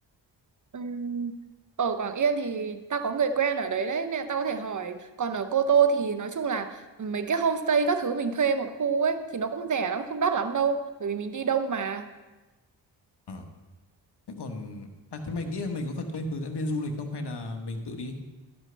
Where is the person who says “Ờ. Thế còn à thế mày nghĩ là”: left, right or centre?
Left